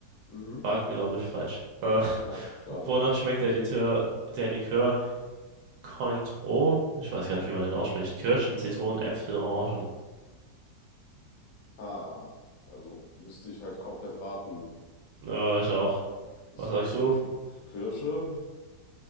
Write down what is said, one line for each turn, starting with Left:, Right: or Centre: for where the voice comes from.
Left: Mhm.
Right: War, glaube ich, falsch. Äh,
Left: Na,
Right: <laughs>
Left: schade.
Right: wonach schmeckt der Likör, der Likör Cointreau? Ich weiß gar nicht, wie man den ausspricht. Kirschen, Zitronen, Äpfel, Orangen.
Left: Ah, also müsste ich halt komplett raten.
Right: Ja, ich auch.
Left: Ist
Right: Was sagst du?
Left: K- Kirsche?